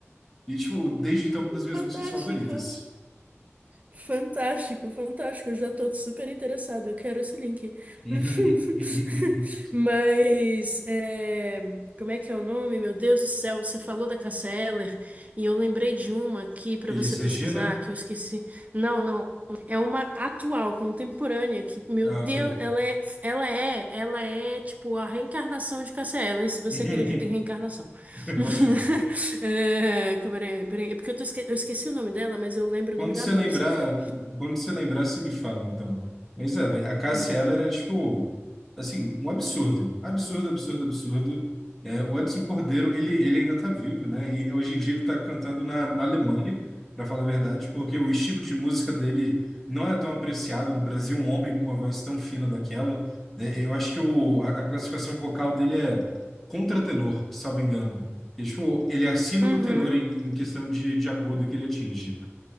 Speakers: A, in the centre; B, on the right.
A: E, tipo, desde então, é uma das minhas
B: Fantástico!
A: músicas favoritas.
B: Fantástico, fantástico. Eu já tô super interessada. Eu quero esse link.
A: <laughs>
B: <laughs> Mas, é, como é que é o nome? Meu Deus do céu, você falou da Cássia Eller e eu lembrei de uma aqui para
A: Elis
B: você pesquisar
A: Regina?
B: que eu esqueci. Não, não. É uma atual, contemporânea, que, meu
A: Ah,
B: Deus,
A: ok.
B: ela é, ela é, ela é tipo a reencarnação de Cássia Eller, se você
A: <laughs>
B: acredita em reencarnação. <laughs>
A: Boto fé.
B: É, como era- peraí, é porque eu, tô esque- eu esqueci o nome dela, mas eu lembro
A: Quando
B: o nome da
A: você
B: música.
A: lembrar, quando você lembrar, você me fala, então. Mas é, velho, a Cássia
B: Torre de
A: ela
B: Babel.
A: era, tipo, assim, um absurdo. Absurdo, absurdo, absurdo. É, o Edson Cordeiro, ele, ele ainda tá vivo, né? E hoje em dia ele tá cantando na, na Alemanha, pra falar a verdade, porque o estilo de música dele não é tão apreciado no Brasil, um homem com uma voz tão fina daquela. né? Eu acho que o, a, a classificação vocal dele é contratenor, salvo engano. E, tipo, ele é acima
B: Uhum,
A: do tenor em, em questão de, de agudo que ele atinge.